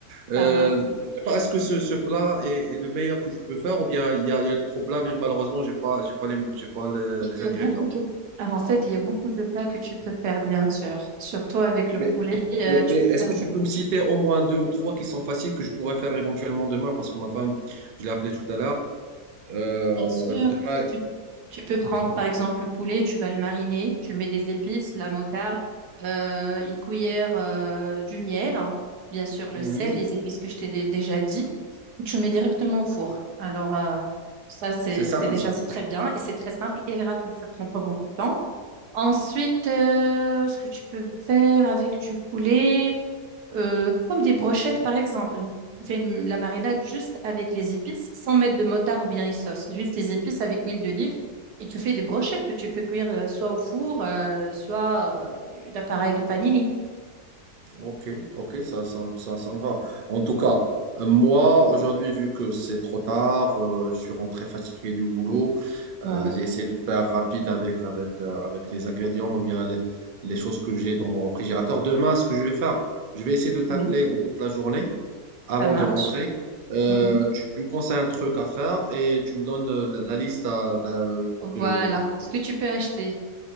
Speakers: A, on the right (about 60°); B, on the right (about 80°).
A: Euh,
B: ça marche.
A: je sais pas, est-ce que ce, ce plat est, est le meilleur que je peux faire ou bien il y a, il y a d'autres plats, mais malheureusement, j'ai pas, j'ai pas les, j'ai pas les,
B: Il
A: les
B: y
A: ingrédients.
B: a beaucoup de... Ah, en fait, il y a beaucoup de plats que tu peux faire, bien sûr. Surtout avec le
A: Mais,
B: poulet, euh,
A: mais,
B: tu
A: mais
B: peux
A: est-ce
B: faire,
A: que tu
B: euh,
A: peux me citer au moins deux ou trois qui sont faciles que je pourrais faire éventuellement demain parce que ma femme, je l'ai appelée tout à l'heure. Euh,
B: bien sûr,
A: demain,
B: tu, tu peux prendre, par exemple, le poulet, tu vas le mariner, tu mets des épices, la moutarde, euh, une cuillère, euh, du miel, hein, bien sûr, le
A: Mhm.
B: sel, les épices que je t'ai dé- déjà dit. Tu mets directement au four. Alors, euh, ça, c'est
A: c'est simple
B: c'est déjà,
A: ça.
B: c'est très bien et c'est très simple et rapide, ça prend pas beaucoup de temps. Ensuite, euh, ce que tu peux faire avec du poulet, euh, comme des brochettes par exemple. Tu fais une- la marinade juste avec les épices, sans mettre de motard ou bien une sauce. Juste les épices avec huile d'olive. Et tu fais des brochettes que tu peux cuire euh, soit au four, euh, soit euh, d'appareil de panini.
A: Ok, ok, ça, ça, ça, ça me va. En tout cas, euh, moi, aujourd'hui, vu que c'est trop tard, euh, je suis rentré fatigué du boulot,
B: Ouais,
A: euh, j'ai essayé de faire rapide avec, avec, euh, avec les ingrédients ou bien les, les choses que j'ai dans mon réfrigérateur. Demain, ce que je vais faire, je vais essayer de t'appeler
B: oui,
A: au cours de la journée avant
B: ça marche.
A: de rentrer. Euh,
B: Mhm.
A: tu, tu me conseilles un truc à faire et tu me donnes euh, la, la liste à- d'à-
B: Voilà
A: que, je-
B: ce que tu peux acheter